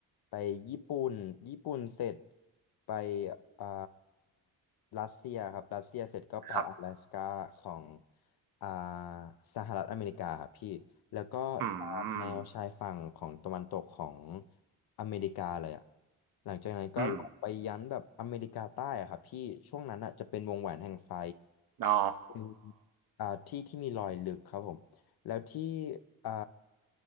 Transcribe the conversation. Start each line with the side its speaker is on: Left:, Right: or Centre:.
Left: ไปญี่ปุ่นญี่ปุ่นเสร็จไปอ่ารัสเซียครับรัสเซียเสร็จก็ไป阿拉斯ก้าของ
Right: ครับ
Left: อ่าสหรัฐอเมริกาครับพี่แล้วก็ตามแนวชายฝั่งของตะวันตกของ
Right: อืม
Left: อเมริกาเลยอะหลังจากนั้นก็ลงไปยันแบบอเมริกาใต้อะครับพี่ช่วงนั้นอะจะเป็นวงแหวนแห่งไฟ
Right: อืมอ๋อ
Left: เป็นอ่าที่ที่มีรอยลึกครับผมแล้วที่อ่า